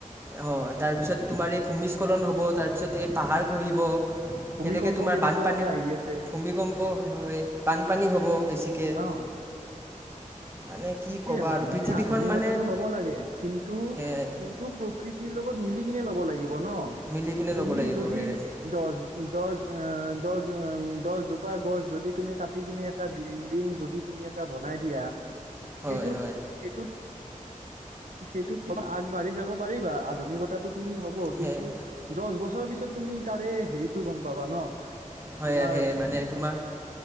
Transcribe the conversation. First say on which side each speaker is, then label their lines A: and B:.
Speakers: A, on the right (about 15°); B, on the right (about 70°).
A: হয় তাৰপিছত তোমাৰ এই ভূমিস্খলন হ'ব, তাৰপিছত এই পাহাৰ খহিব,
B: ভূমিকম্প
A: সেনেকৈ তোমাৰ
B: কেনেকুৱাকে
A: বানপানী,
B: আহি আছে
A: ভূমিকম্প হয় বানপানী হ'ব বেছিকৈ।
B: অ'
A: <unintelligible>
B: সেইটোয়ে
A: ক'বা
B: মানুহে
A: আৰু পৃথিৱীখন
B: আধুনিকতাটো
A: মানে
B: ল'ব লাগে কিন্তু
A: সেয়াই
B: কিন্তু প্ৰকৃতি, লগত মিলি কিনে ল'ব লাগিব ন
A: মিলি কিনে
B: তুমি
A: ল'ব লাগিব
B: যদি
A: সেয়াই
B: দহ দহ দহ দহজোপা গছ যদি তুমি কাটি কিনে এটা বিল্ডিং যদি তুমি এটা বনাই দিয়া
A: হয়
B: সেইটোত
A: হয়
B: সেইটোত সেইটোত অল আগবাঢ়ি যাব পাৰিবা আধুনিকতাটোত। তুমি হ'ব
A: সেয়াই
B: কিন্তু দহ বছৰৰ পিছত তুমি তাৰে হেৰিটো গম পাবা ন,
A: হয়
B: তোমাৰ
A: সে মানে তোমাৰ